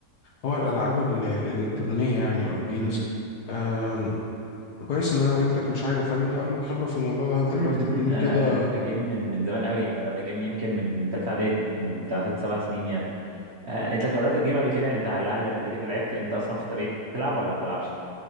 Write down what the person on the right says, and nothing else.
مم،
مم،
مم. انا
انا بجيم من من زمان قوي يعني انا بجيم يمكن من من ثالثه اعدادي يعني من بتاع ست سبع سنين يعني آه انت جربت تجيم قبل كده يعني انت لعل قبل كده لعبت يعني انت اصلا في الطبيعي بتلعب ولا ما بتلعبش